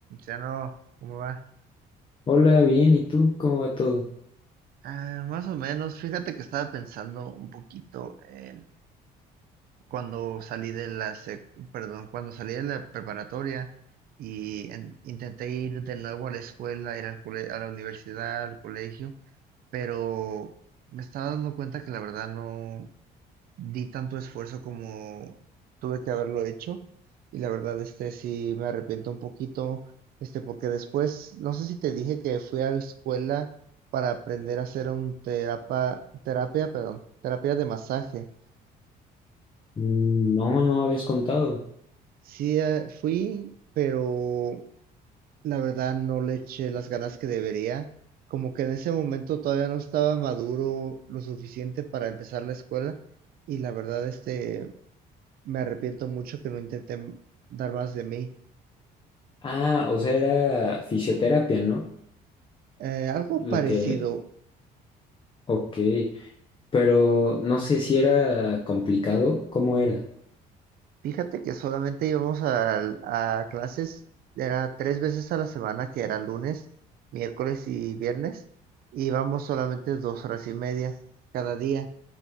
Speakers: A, on the right; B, on the left.
A: Ya no ¿cómo va?
B: Hola, bien, ¿y tú? ¿Cómo va todo?
A: Ah, más o menos, fíjate que estaba pensando un poquito en cuando salí de la sec- perdón, cuando salí de la preparatoria y en- intenté ir de nuevo a la escuela, ir al cole- a la universidad, al colegio, pero me estaba dando cuenta que la verdad no, di tanto esfuerzo como tuve que haberlo hecho y la verdad este sí me arrepiento un poquito este porque después no sé si te dije que fui a la escuela para aprender a hacer un terapa- terapia, perdón, terapia de masaje.
B: Mm, No, no me habías contado.
A: Sí, eh, fui, pero la verdad no le eché las ganas que debería. Como que en ese momento todavía no estaba maduro lo suficiente para empezar la escuela y la verdad este Me arrepiento mucho que no intenté dar más de mí.
B: Ah, o sea, era fisioterapia, ¿no?
A: Eh, algo
B: Lo
A: parecido.
B: que... Ok, pero no sé si era complicado, ¿cómo era?
A: Fíjate que solamente íbamos al- a, clases, era tres veces a la semana, que era lunes, miércoles y viernes, y íbamos solamente dos horas y media cada día.